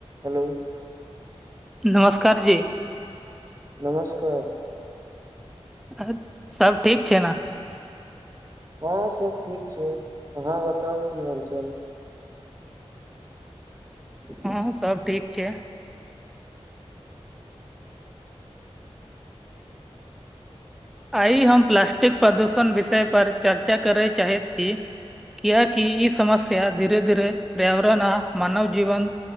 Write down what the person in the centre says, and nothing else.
नमस्कार जी
<unintelligible> सब ठीक छैय ने?
हँ हूं सब ठीक छैय। आइ हम प्लास्टिक प्रदूषण विषय पर चर्चा करय चाहैत छी। कियाकि ई समस्या धीरे धीरे पर्यावरण आ मानव जीवन